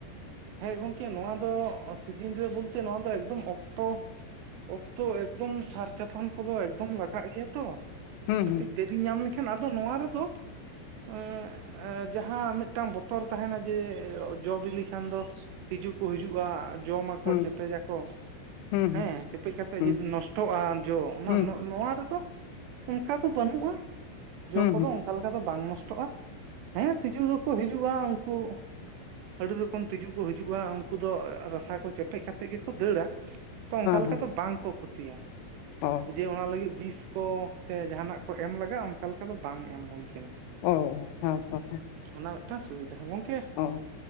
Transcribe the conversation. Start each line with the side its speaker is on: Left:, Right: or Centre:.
Right: ᱦᱮᱸ ᱜᱚᱢᱠᱮ ᱱᱚᱣᱟ ᱫᱚ ᱚ ᱥᱤᱡᱤᱱ ᱨᱮ ᱵᱚᱞᱛᱮ ᱱᱚᱣᱟ ᱫᱚ ᱮᱠᱫᱚᱢ ᱚᱠᱛᱚ ᱚᱠᱛᱚ ᱮᱠᱫᱚᱢ ᱥᱟᱨ ᱪᱟᱯᱟᱱ ᱠᱚᱫᱚ ᱮᱠᱫᱚᱢ ᱞᱟᱜᱟᱜ ᱜᱮᱭᱟ ᱛᱚ
Left: ᱦᱩᱸ
Right: ᱠᱟᱹᱴᱤᱡ
Left: ᱦᱩᱸ
Right: ᱫᱮᱨᱤ ᱧᱟᱢ ᱞᱮᱠᱷᱟᱱ ᱟᱫᱚ ᱱᱚᱣᱟ ᱨᱮᱫᱚ ᱮᱸᱜ ᱡᱟᱦᱟᱸ ᱢᱤᱫᱴᱟᱝ ᱵᱚᱛᱚᱨ ᱛᱟᱦᱮᱸᱱᱟ ᱡᱮ ᱡᱚ ᱵᱤᱞᱤ ᱠᱷᱟᱱ ᱫᱚ ᱛᱤᱡᱩ ᱠᱚ ᱦᱤᱡᱩᱜᱼᱟ ᱡᱚᱢᱟᱠᱚ
Left: ᱦᱩᱸ
Right: ᱪᱮᱯᱮᱡᱟᱠᱚ ᱾
Left: ᱦᱩᱸ
Right: ᱦᱮᱸ ᱪᱮᱯᱮᱡ ᱠᱟᱛᱮ
Left: ᱦᱩᱸ
Right: ᱡᱩᱫᱤ
Left: ᱦᱩᱸ
Right: ᱱᱚᱥᱴᱚᱜᱼᱟ ᱡᱚ ᱚᱱᱟ
Left: ᱦᱩᱸ
Right: ᱱᱚ ᱱᱚᱣᱟ ᱨᱮᱫᱚ ᱚᱝᱠᱟ ᱫᱚ ᱵᱟᱹᱱᱩᱜᱼᱟ ᱡᱚ
Left: ᱦᱩᱸ
Right: ᱠᱚᱫᱚ
Left: ᱦᱩᱸ
Right: ᱚᱱᱠᱟ ᱞᱮᱠᱟ ᱫᱚ ᱵᱟᱝ ᱱᱚᱥᱴᱚᱜᱼᱟ ᱦᱮᱸ ᱛᱤᱡᱩ ᱠᱚ ᱦᱤᱡᱩᱜᱼᱟ ᱩᱱᱠᱩ ᱟᱹᱰᱤ ᱨᱚᱠᱚᱢ ᱛᱤᱡᱩ ᱠᱚ ᱦᱤᱡᱩᱜᱼᱟ ᱩᱱᱠᱩ ᱫᱚ ᱨᱟᱥᱟ ᱠᱚ ᱠᱚ ᱪᱮᱯᱮᱫ ᱠᱟᱛᱮᱫ ᱜᱮᱠᱚ ᱫᱟᱹᱲᱟ ᱛᱚ ᱚᱱᱠᱟ ᱞᱮᱠᱟ
Left: ᱦᱩᱸ
Right: ᱫᱚ ᱵᱟᱝ ᱠᱚ ᱠᱷᱚᱛᱤᱭᱟ ᱾
Left: ᱚ
Right: ᱡᱮ ᱚᱱᱟ ᱞᱟᱹᱜᱤᱫ ᱵᱤᱥ ᱠᱚ ᱥᱮ ᱡᱟᱦᱟᱸᱱᱟᱜ ᱠᱚ ᱮᱢ ᱞᱟᱜᱟᱜᱼᱟ ᱚᱱᱠᱟ ᱞᱮᱠᱟ ᱫᱚ ᱵᱟᱝ ᱮᱢ ᱦᱩᱭ ᱠᱟᱱᱟ ᱾
Left: ᱚ ᱦᱮᱸ ᱛᱚ ᱦᱮᱸ᱾
Right: ᱚᱱᱟ ᱢᱤᱫᱴᱟᱝ ᱥᱤᱵᱤᱫᱷᱟ ᱜᱚᱝᱠᱮ
Left: ᱚ᱾